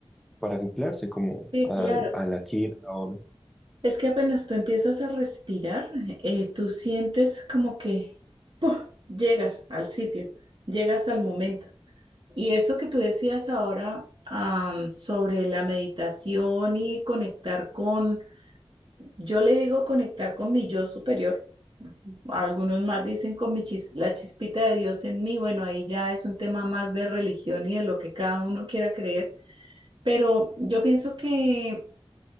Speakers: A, in the centre; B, on the right.
A: para anclarse como
B: Sí,
A: al,
B: claro.
A: al aquí y a la hora.
B: Es que apenas tú empiezas a respirar, eh, tú sientes como que llegas al sitio, llegas al momento. Y eso que tú decías ahora, am, sobre la meditación y conectar con, yo le digo conectar con mi yo superior, algunos más dicen con mi chis- la chispita de Dios en mí, bueno, ahí ya es un tema más de religión y de lo que cada uno quiera creer, pero yo pienso que